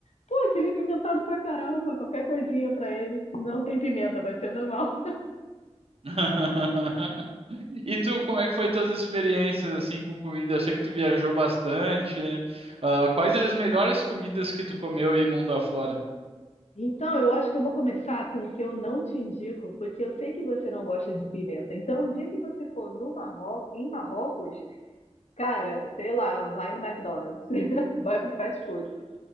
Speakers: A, on the left (about 80°); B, on the right (about 60°).
A: Pô, aquele é pimentado pra caramba, qualquer coisinha para eles não tem pimenta, vai ser normal.
B: <laughs> E tu, como é que foi tuas experiências assim com comida? Eu sei que tu viajou bastante. né? Ah, quais as melhores comidas que tu comeu aí mundo afora?
A: Então, eu acho que eu vou começar com o que eu não te indico, porque eu sei que você não gosta de pimenta. Então, o dia que você for no Marro... em Marrocos, cara, sei lá, vai no McDonald's, <laughs> vai pro fast food.